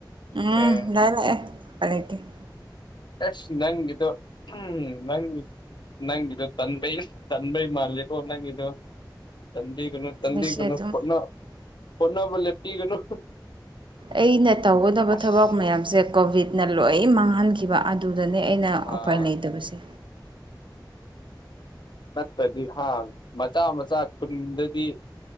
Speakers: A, on the right; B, on the left.
A: ꯎꯝ
B: ꯑꯦ
A: ꯂꯥꯛꯑꯦ ꯂꯥꯛꯑꯦ <unintelligible>
B: ꯑꯦꯁ ꯅꯪꯒꯤꯗꯣ ꯎꯝ ꯅꯪ ꯅꯪꯒꯤꯗꯣ ꯇꯟꯕꯩ ꯇꯟꯕꯩ ꯃꯥꯜꯒꯣ ꯅꯪꯒꯤꯗꯣ ꯇꯟꯕꯤꯒꯅꯨ ꯇꯟꯕꯤꯒꯅꯨ
A: ꯑꯩꯁꯦ ꯑꯗꯨꯝ
B: ꯍꯣꯠꯅ ꯍꯣꯠꯅꯕꯥ ꯂꯦꯞꯄꯤꯒꯅꯨ
A: ꯑꯩꯅ ꯇꯧꯒꯗꯕ
B: ꯑꯁ
A: ꯊꯕꯛ ꯃꯌꯥꯝꯁꯦ ꯀꯣꯚꯤꯠꯅ ꯂꯣꯏ ꯃꯥꯡꯍꯟꯈꯤꯕ ꯑꯗꯨꯗꯅꯦ ꯑꯩꯅ
B: ꯑꯥ
A: ꯎꯄꯥꯏ ꯂꯩꯇꯕꯁꯦ
B: ꯇꯠꯇꯗꯤ ꯍꯥꯝ ꯃꯆꯥ ꯃꯆꯥ ꯈꯨꯟꯗꯗꯤ